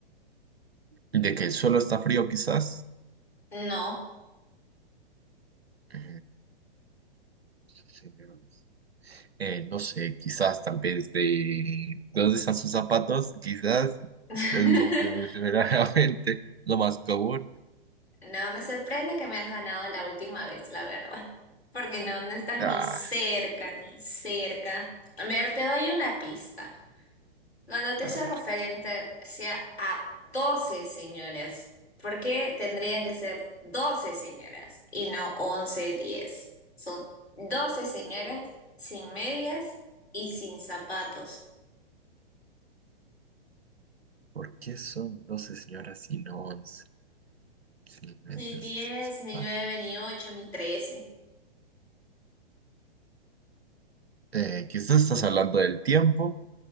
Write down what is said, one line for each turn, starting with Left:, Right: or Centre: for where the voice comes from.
Right: De que el suelo está frío, quizás.
Left: No.
Right: Eh, sí, señor. eh, no sé, quizás tal vez de, de dónde están sus zapatos, quizás
Left: <laughs>
Right: es lo primero que se me <laughs> viene a la mente, lo más común.
Left: No me sorprende que me has ganado la última vez, la verdad. Porque no, no estás
Right: Ah,
Left: ni cerca, ni cerca. A ver, te doy una pista. Cuando te
Right: a
Left: hace
Right: ver,
Left: referencia a 12 señoras, ¿por qué tendrían que ser 12 señoras y no 11, 10? Son 12 señoras sin medias y sin zapatos.
Right: ¿por qué son 12 señoras y no 11? Sí, me
Left: Ni diez, ni
Right: ah,
Left: nueve, ni 8, ni 13.
Right: eh, quizás estás hablando del tiempo.